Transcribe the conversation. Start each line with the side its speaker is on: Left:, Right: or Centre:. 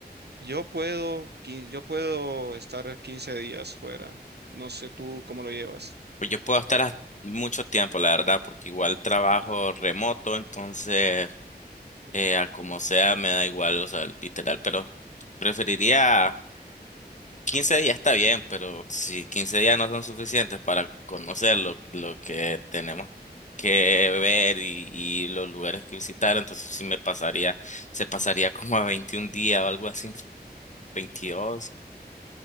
Right: Yo puedo, qui- yo puedo estar 15 días fuera. No sé tú cómo lo llevas.
Left: Pues yo puedo estar hasta mucho tiempo, la verdad, porque igual trabajo remoto, entonces eh, a como sea me da igual, o sea, literal, pero preferiría 15 días está bien, pero si 15 días no son suficientes para conocer lo, lo que tenemos que ver y, y los lugares que visitar, entonces sí me pasaría, se pasaría como a 21 días o algo así, veintidós.